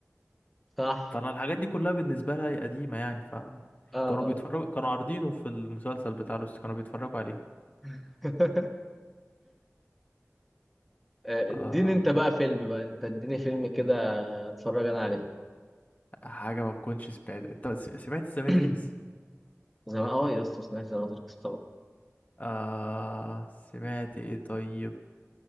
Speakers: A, in the centre; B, on the left.
A: صح
B: فانا الحاجات دي كلها بالنسبه لها هي قديمه يعني ف
A: اه
B: كانوا
A: اه
B: بيتفرجوا كانوا عارضينه في المسلسل بتاع لوست كانوا بيتفرجوا عليه
A: <laughs> آه، اديني
B: آه...
A: انت بقى فيلم بقى انت اديني فيلم كده اتفرج انا عليه
B: حاجه ما تكونش سمعت انت س- سمعت ذا ماتريكس
A: <clears throat> زمان اه يا اسطى سمعت ذا ماتريكس طبعا
B: آه... سمعت ايه طيب